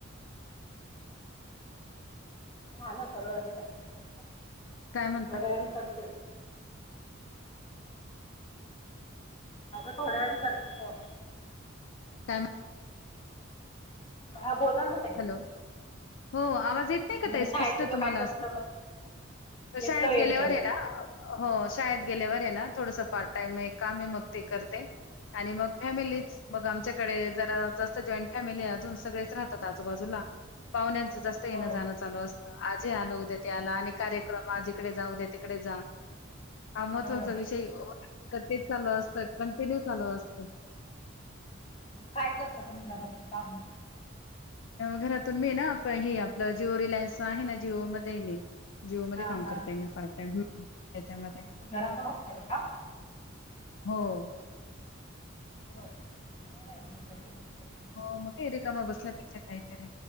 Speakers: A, on the left; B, on the left.
A: मला सगळं <unintelligible> थोड्या
B: काय म्हणता?
A: वेळानं करत अगं थोड्या वेळानं करते फोन
B: <unintelligible>
A: ह बोला ना ताई
B: हॅलो हो आवाज येतोय नाही का
A: मुलं
B: ते स्पष्ट
A: शाळेत गेलो
B: तुम्हाला
A: काय करता
B: असं
A: मग येतोय
B: शाळेत गेल्यावर
A: येतोय
B: आहे ना हो शाळेत गेल्यावर आहे ना थोडस पार्ट टाईम आहे एक काम आहे मग ते करते आणि मग फॅमिलीच मग आमच्याकडे जरा जास्त जॉईंट फॅमिली अजून सगळेच राहतात आजूबाजूला पाहुण्यांचं जास्त
A: होय
B: येणं जाणं चालू असतं आजी आहे मदततीला आणि कार्यक्रम आज इकडे जाऊ उद्या तिकडे जा हा महत्त्वाचा
A: होय
B: विषय वा तेच चालू असतं कंटिन्यू चालू असतं
A: काय करता तुम्ही घरातून कामं
B: घरातून मी ना हे आपलं हे जिओ रिलायन्स आहे ना जिओमध्ये आहे मी जिओमध्ये
A: हा
B: काम
A: हा
B: करतेय मी पार्टटाईम. हेच्यामध्ये
A: ते घरातून असतं का काम
B: हो
A: हो बराय मग घरातून हे करत
B: हो मग ते रिकमा बसल्यापेक्षा काहीतरी